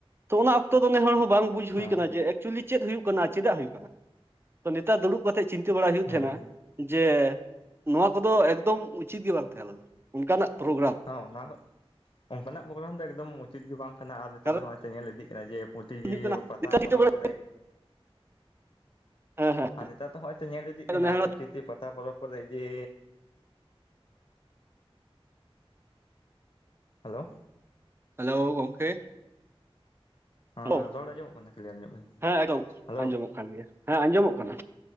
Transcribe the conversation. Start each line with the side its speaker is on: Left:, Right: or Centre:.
Right: ᱛᱚ ᱚᱱᱟ ᱚᱠᱛᱚ ᱫᱚ ᱱᱮ ᱦᱚᱲ ᱦᱚᱸ ᱵᱟᱝ ᱵᱩᱡᱽ ᱦᱩᱭ
Left: ᱦᱮᱸ
Right: ᱠᱟᱱᱟ ᱡᱮ ᱮᱠᱪᱩᱞᱤ ᱪᱮᱫ ᱦᱩᱭᱩᱜ ᱠᱟᱱᱟ ᱪᱮᱫᱟᱜ ᱦᱩᱭᱩᱜ ᱠᱟᱱᱟ, ᱛᱚ ᱱᱮᱛᱟᱨ ᱫᱩᱲᱩᱵ ᱠᱟᱛᱮᱜ ᱪᱤᱱᱛᱟᱹ ᱵᱟᱲᱟᱭ ᱦᱩᱭᱩᱜ
Left: ᱦᱮᱸ
Right: ᱛᱟᱦᱮᱱᱟ ᱡᱮ ᱱᱚᱣᱟ ᱠᱚᱫᱚ ᱮᱠᱫᱚᱢ ᱩᱪᱤᱛ ᱜᱮ ᱵᱟᱝ ᱛᱟᱦᱮᱸ ᱞᱮᱱᱟ᱾ ᱚᱱᱠᱟᱱᱟᱜ ᱯᱨᱳ
Left: ᱦᱚᱸ ᱚᱱᱟᱦᱚᱸ ᱚᱱᱠᱟᱱᱟᱜ ᱯᱨᱳᱜᱨᱟᱢ ᱫᱚ ᱮᱠᱫᱚᱢ ᱩᱪᱤᱛ ᱜᱮ ᱵᱟᱝ ᱠᱟᱱᱟ ᱟᱨ ᱱᱮᱛᱟᱨ
Right: ᱠᱟᱨᱚᱱ
Left: ᱫᱚ ᱦᱚᱸᱜ-ᱚᱭ ᱛᱚ ᱧᱮᱞ ᱤᱫᱤᱜ ᱠᱟᱱᱟ ᱡᱮ <unintelligible>
Right: ᱦᱩᱭᱩᱜ ᱠᱟᱱᱟ
Left: ᱮᱵᱚᱝ ᱯᱟᱛᱟ
Right: ᱱᱮᱛᱟᱨ
Left: ᱯᱚᱨᱚᱵᱽ
Right: ᱪᱤᱱᱛᱟᱹ ᱵᱟᱲᱟ
Left: ᱠᱚᱨᱮ
Right: ᱦᱮᱸ
Left: ᱟᱨ ᱱᱮᱛᱟᱨ ᱫᱚ ᱦᱚᱸᱜᱼᱚᱭ ᱛᱚ ᱧᱮᱞ ᱤᱫᱤᱜ ᱠᱟᱱᱟ
Right: ᱦᱮᱸ
Left: ᱯᱨᱚᱛᱤᱴᱤ ᱯᱟᱛᱟ ᱯᱚᱨᱚᱵᱽ ᱠᱚᱨᱮ ᱜᱮ ᱦᱮᱞᱳ᱾
Right: ᱦᱮᱞᱳ ᱜᱚᱝᱠᱮ᱾
Left: ᱦᱮᱸ
Right: ᱦᱮᱞᱳ
Left: ᱨᱚᱲ ᱟᱸᱡᱚᱢᱚᱜ ᱠᱟᱱᱟ ᱠᱞᱤᱭᱟᱨ ᱧᱚᱜ ᱜᱮ,
Right: ᱦᱮᱸ ᱮᱠᱫᱚᱢ
Left: ᱦᱮᱞᱳ᱾
Right: ᱟᱸᱡᱚᱢᱚᱜ ᱠᱟᱱ ᱜᱮᱭᱟ ᱦᱮᱸ ᱟᱸᱡᱚᱢᱚᱜ ᱠᱟᱱᱟ